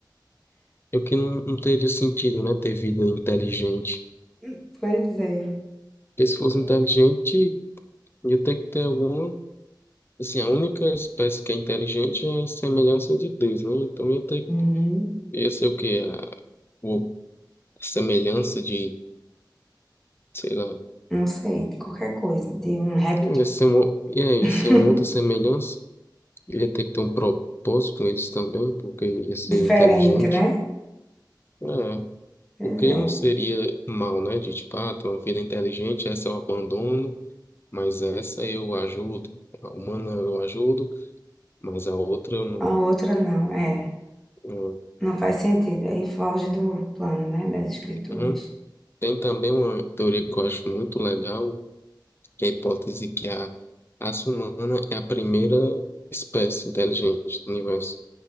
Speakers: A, on the left; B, in the centre.
A: eu que não, não teria sentido, né, ter vida inteligente.
B: <laughs> Pois é.
A: Porque se fosse
B: É,
A: inteligente, ia ter que ter alguma... Assim, a única espécie que é inteligente é a semelhança de Deus, né? Então ia ter...
B: Uhum.
A: ia ser o quê? A- O semelhança de, sei lá,
B: Não sei, de qualquer coisa, de um réptil.
A: ia ser uma, é,
B: <laughs>
A: ia ser uma outra semelhança. Ele ia ter que ter um propósito com eles também, porque ele ia ser
B: Diferente,
A: inteligente.
B: né?
A: É,
B: Pois
A: porque ele
B: é.
A: não seria mal, né? De tipo, ah, tem uma vida inteligente, essa eu abandono, mas essa eu ajudo. A humana eu ajudo, mas a outra eu não.
B: A outra não, é.
A: eu-
B: Não faz sentido. Aí foge do plano, né? Das escrituras.
A: Uhum. Tem também uma teoria que eu acho muito legal, que é a hipótese que a raça humana é a primeira espécie inteligente do universo.